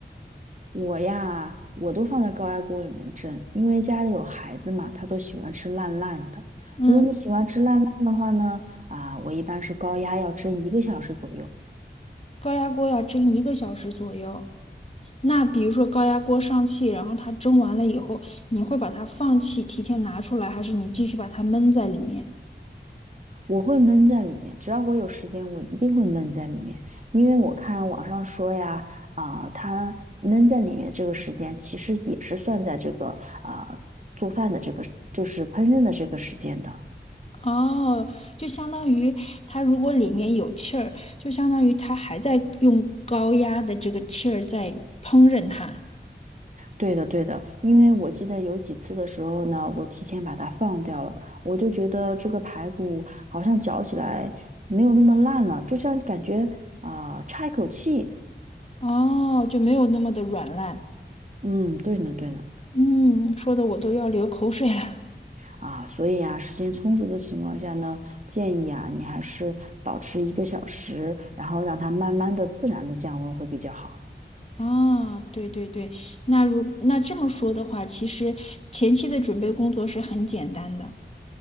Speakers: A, on the right; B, on the left.
A: 我呀，我都放在高压锅里面蒸，因为家里有孩子嘛，他都喜欢吃烂烂的。
B: 嗯，
A: 如果你喜欢吃烂烂的话呢，啊，我一般是高压要蒸一个小时左右，
B: 高压锅要蒸一个小时左右。那比如说高压锅上气，然后它蒸完了以后，你会把它放气，提前拿出来，还是你继续把它闷在里面？
A: 我会闷在里面，只要我有时间，我一定会闷在里面，因为我看网上说呀，啊、它闷在里面这个时间，其实也是算在这个啊、做饭的这个，就是烹饪的这个时间的。
B: 哦，就相当于它如果里面有气儿，就相当于它还在用高压的这个气儿在烹饪它。
A: 对的，对的，因为我记得有几次的时候呢，我提前把它放掉了，我就觉得这个排骨好像嚼起来没有那么烂了，就像感觉啊、差一口气。
B: 哦，就没有那么的软烂。
A: 嗯，对呢，对呢。
B: 嗯，说的我都要流口水了。
A: 啊，所以啊，时间充足的情况下呢，建议啊，你还是保持一个小时，然后让它慢慢的、自然的降温会比较好。
B: 啊，对对对，那如那这么说的话，其实前期的准备工作是很简单的。